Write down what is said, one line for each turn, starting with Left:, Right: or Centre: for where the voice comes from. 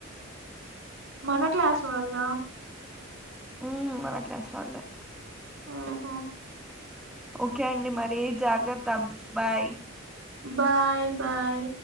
Right: మన క్లాస్ వాళ్ళ
Centre: హమ్ మన క్లాస్ వాళ్లే
Right: హమ్
Centre: ఒకే అండి మరి జాగ్రత్త తబ్ బాయ్
Right: బాయ్ బాయ్